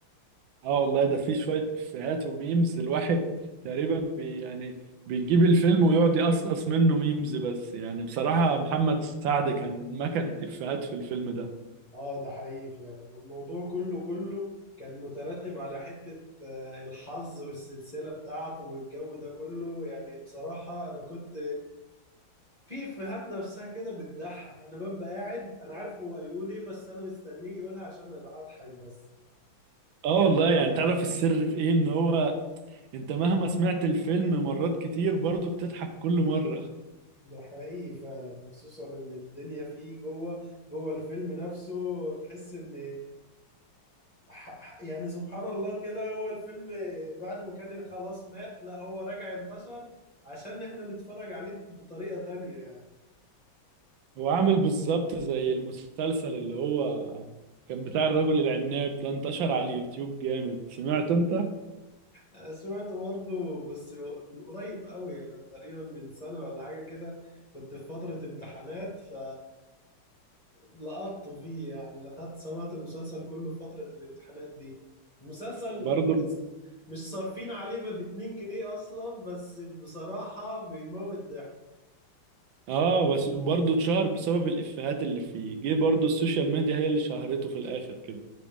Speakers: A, on the right; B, on the left.
A: اه والله ده فيه شويه افيهات وميمز الواحد تقريبا بي يعني بيجيب الفيلم ويقعد يقصقص منه ميمز بس يعني بصراحه محمد سعد كان مكنه افيهات في الفيلم ده
B: اه ده حقيقي فعلا والموضوع كله كله كان مترتب على حتة آه، الحظ والسلسلة بتاعته والجو ده كله يعني بصراحة أنا كنت في افيهات نفسها كده بتضحك انا ببقى قاعد انا عارف هو هيقول ايه بس انا مستنيه يقولها عشان اضحك بس
A: اه والله يعني تعرف السر في ايه ان هو انت مهما سمعت الفيلم مرات كتير برضه بتضحك كل مرة
B: ده حقيقي فعلا وخصوصا ان الدنيا فيه جوه جوه الفيلم نفسه تحس ان ح- ح- يعني سبحان الله كده هو الفيلم بعد ما كان خلاص مات لا هو رجع انتشر عشان احنا نتفرج عليه بطريقة تانية يعني.
A: هو عامل بالظبط زي المسلسل اللي هو كان بتاع الرجل العناب ده انتشر على اليوتيوب جامد سمعت انت
B: أنا سمعت برضه بس من قريب قوي أنا تقريبا من سنة ولا حاجة كده كنت في فترة امتحانات ف لقطت فيه يعني لقطت سمعت المسلسل كله في فترة الامتحانات دي المسلسل
A: برضه
B: بص، مش صارفين عليه ب 2 جنيه أصلا بس بصراحة بيموت ضحك
A: اه بس برضه اتشهر بسبب الافيهات اللي فيه جه برضه السوشيال ميديا هي اللي شهرته في الاخر كده